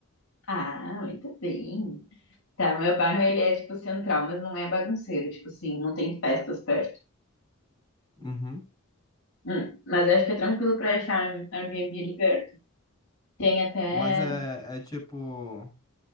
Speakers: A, on the left; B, on the left.
A: Ah, muito bem. Tá, meu bairro, ele é, tipo, central, mas não é bagunceiro, tipo assim, não tem festas perto.
B: Uhum.
A: Hum, mas acho que é tranquilo pra achar um Airbnb ali perto. Tem até
B: Mas é, é tipo.